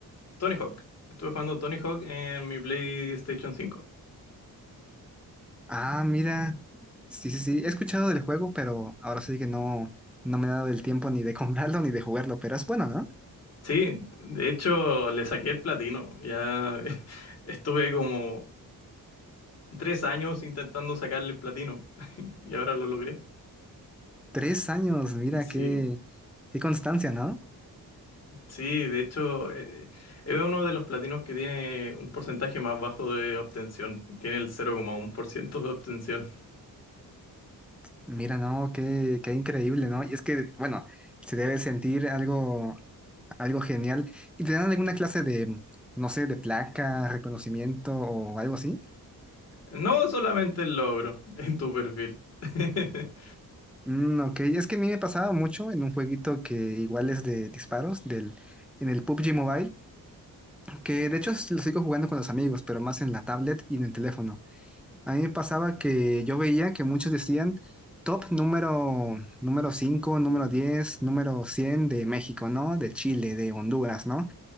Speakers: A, on the left; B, in the centre.
A: Tony Hawk. Estuve jugando Tony Hawk en mi PlayStation 5.
B: Ah, mira. Sí, sí, sí. He escuchado del juego, pero ahora sí que no, no me he dado el tiempo ni de <laughs> comprarlo ni de jugarlo. Pero es bueno, ¿no?
A: Sí, de hecho le saqué el platino. Ya <laughs> estuve como tres años intentando sacarle el platino y ahora lo logré.
B: Tres años, mira
A: Sí,
B: qué, qué constancia, ¿no?
A: sí, de hecho eh, es uno de los platinos que tiene un porcentaje más bajo de obtención. Tiene el 0,1% de obtención.
B: Mira, no, qué, qué increíble, ¿no? Y es que, bueno, se debe sentir algo, algo genial. ¿Y te dan alguna clase de, no sé, de placa, reconocimiento o algo así?
A: No solamente el logro <laughs> en tu perfil. <laughs>
B: Mm, ok, es que a mí me pasaba mucho en un jueguito que igual es de disparos, del, en el PUBG Mobile, que de hecho es- lo sigo jugando con los amigos, pero más en la tablet y en el teléfono. A mí me pasaba que yo veía que muchos decían top número, número cinco número diez número 100 de México, ¿no? De Chile, de Honduras, ¿no?